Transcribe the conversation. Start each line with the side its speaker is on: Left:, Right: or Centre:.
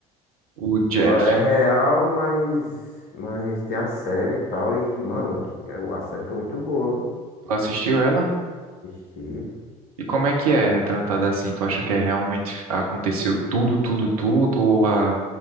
Right: O
Left: <laughs>
Right: Jeff,
Left: eu- É real, mas. Mas tem a série e tal. E, mano, que- a série foi muito boa. viu?
Right: tu assistiu ela?
Left: Assisti.
Right: E como é que é retratada assim? Tu acha que é realmente aconteceu tudo, tudo, tudo? Ou a